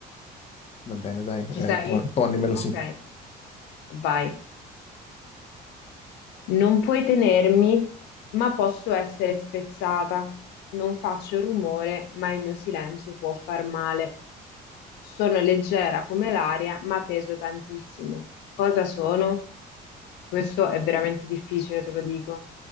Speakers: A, on the left; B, on the left.
A: Va bene, dai,
B: Ci
A: eh,
B: sei?
A: po- ponimelo
B: Ok,
A: sì.
B: vai. Non puoi tenermi, ma posso essere spezzata. Non faccio rumore, ma il mio silenzio può far male. Sono leggera come l'aria, ma peso tantissimo. Cosa sono? Questo è veramente difficile, te lo dico.